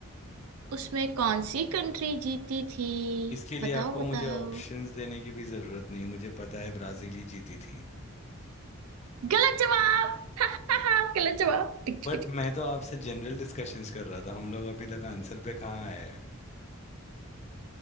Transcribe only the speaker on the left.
इसके लिए
आपको
मुझे ऑप्शंस देने की भी जरूरत नहीं मुझे पता है ब्राजील ही जीती थी
बट
मैं तो आपसे जनरल डिस्कशंस कर रहा था हम लोग अभी तक आंसर पे कहाँ आए